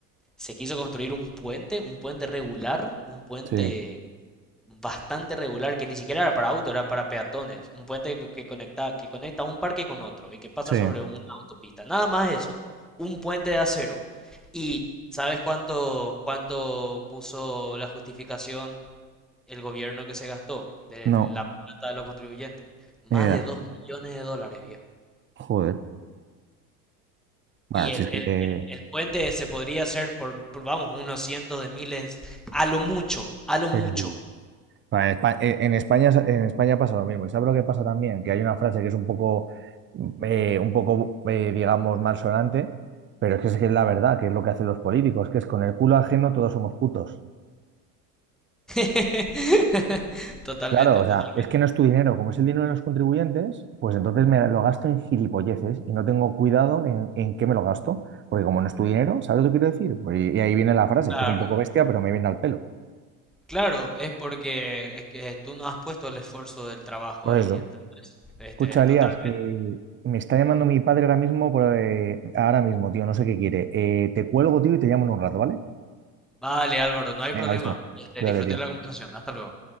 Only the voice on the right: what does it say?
Sí,
sí.
No,
ni idea.
Joder. Bueno,
si es que...
eh,
Sí, sí. Bueno, en Espa- eh, en España, en España pasa lo mismo. ¿Y sabes lo que pasa también? Que hay una frase que es un poco, eh, un poco, eh, digamos, malsonante, pero es que es que es la verdad, que es lo que hacen los políticos, que es con el culo ajeno todos somos putos.
Claro, o
sea, es que no es tu dinero, como es el dinero de los contribuyentes, pues entonces me lo gasto en gilipolleces y no tengo cuidado en, en qué me lo gasto, porque como no es tu dinero, ¿sabes lo que quiero decir? Pues y, y ahí viene la frase,
que es un poco bestia, pero me viene al pelo.
Pues
eso.
Escucha, Elías,
eh, me está llamando mi padre ahora mismo, por, eh, ahora mismo, tío, no sé qué quiere. Eh, te cuelgo, tío, y te llamo en un rato, ¿vale?
Venga, visto.
Cuídate,
tío.